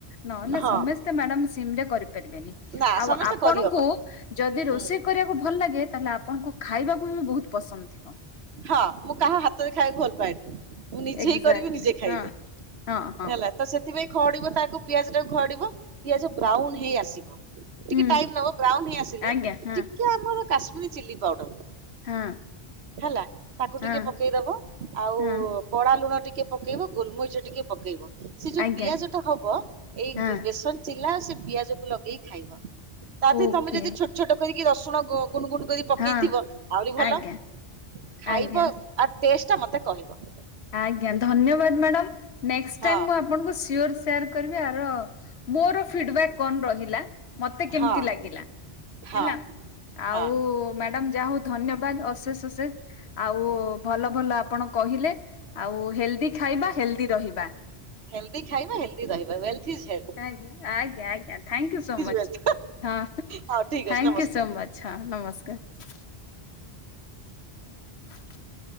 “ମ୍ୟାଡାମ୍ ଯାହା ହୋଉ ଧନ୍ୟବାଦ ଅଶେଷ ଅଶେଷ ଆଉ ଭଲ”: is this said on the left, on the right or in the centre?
Left